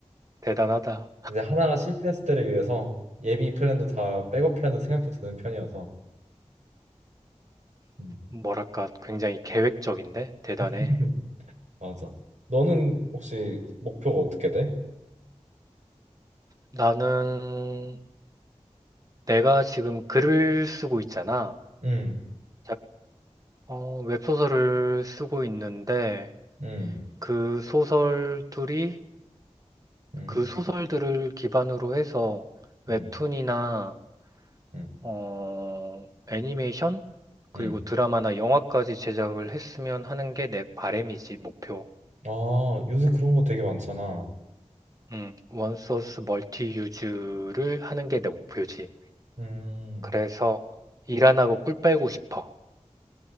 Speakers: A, on the right (about 30°); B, on the right (about 75°).
A: 대단하다.
B: 이제 하나가 실패했을 때를 위해서 예비 플랜도 다 백업 플랜도 생각해 두는 편이어서. 음,
A: 뭐랄까, 굉장히 계획적인데? 대단해.
B: <laughs> 맞아. 너는 혹시 목표가 어떻게 돼?
A: 나는 내가 지금 글을 쓰고 있잖아.
B: 음,
A: 작- 어, 웹소설을 쓰고 있는데
B: 음,
A: 그 소설들이
B: 음,
A: 그 소설들을 기반으로 해서
B: 음,
A: 웹툰이나
B: 음,
A: 어, 애니메이션? 그리고
B: 음.
A: 드라마나 영화까지 제작을 했으면 하는 게 내 바램이지 목표.
B: 아, 요새 그런 거 되게 많잖아.
A: 음, 원소스 멀티 유즈를 하는 게 내 목표지.
B: 음.
A: 그래서 일 안 하고 꿀 빨고 싶어.